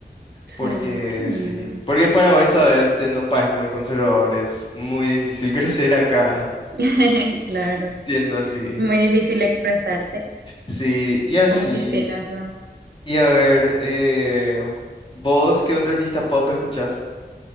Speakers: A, on the right; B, on the left.
A: Sí,
B: porque
A: qué lindo.
B: sí, porque Paraguay, sabes, siendo un país muy conservador, es muy difícil <laughs> crecer acá,
A: <laughs> Claro.
B: siendo así.
A: Muy difícil expresarte
B: Sí, y así,
A: como quisieras, ¿verdad?
B: y a ver, eh, ¿vos qué otro artista pop escuchás?